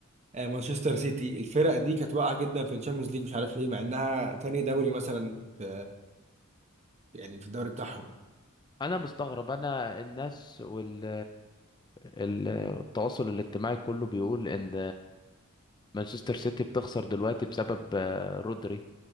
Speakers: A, on the right; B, on the left.
A: آه، مانشستر سيتي الفرق دي كانت واقعة جدا في الشامبيونز ليج مش عارف ليه مع إنها تاني دوري مثلا في يعني في الدوري بتاعهم
B: انا مستغرب انا الناس وال ال- التواصل الاجتماعي كله بيقول ان مانشستر سيتي بتخسر دلوقتي بسبب آه، رودري